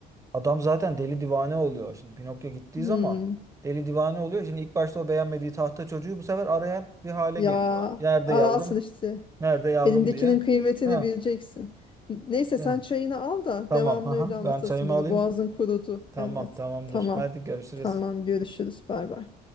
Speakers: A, on the right (about 20°); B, on the left (about 30°).
A: Adam zaten deli divane oluyor. Şimdi Pinokyo gittiği
B: Hmm.
A: zaman deli divane oluyor. Şimdi ilk başta o beğenmediği tahta çocuğu bu sefer arayan bir hale
B: Ya
A: geliyor. Nerede
B: aralsın
A: yavrum?
B: işte.
A: Nerede yavrum
B: Elindekinin
A: diye.
B: kıymetini
A: Ha,
B: bileceksin. N- Neyse
A: ya.
B: sen çayını al da
A: Tamam.
B: devamını
A: Aha,
B: öyle anlatırsın
A: ben çayımı
B: bana.
A: alayım.
B: Boğazın kurudu.
A: Tamam,
B: Evet.
A: tamamdır.
B: Tamam.
A: Hadi görüşürüz.
B: Tamam görüşürüz. Bay bay.